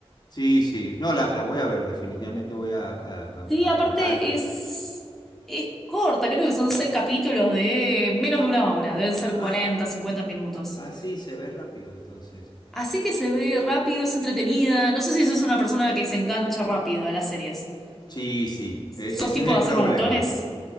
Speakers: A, on the left; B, in the centre.
A: Sí, sí. No, la, la voy a ver, definitivamente voy a, a- a
B: Sí,
A: arrancar.
B: aparte es, es corta, creo que son seis capítulos de menos de una hora, deben ser
A: Ah,
B: 40, 50 minutos.
A: ah, sí, se ve rápido entonces.
B: Así que se ve rápido, es entretenida. No sé si sos una persona que se engancha rápido de las series.
A: Sí, sí,
B: ¿Sos
A: e- ese
B: tipo
A: es el
B: de hacer
A: problema.
B: maratones?